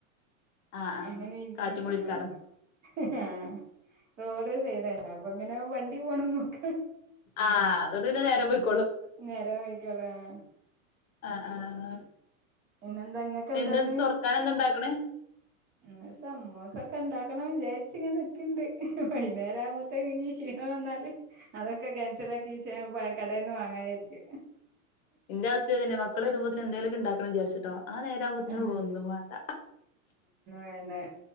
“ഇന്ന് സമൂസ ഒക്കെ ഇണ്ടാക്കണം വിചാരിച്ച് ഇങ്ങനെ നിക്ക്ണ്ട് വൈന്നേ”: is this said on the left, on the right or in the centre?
Right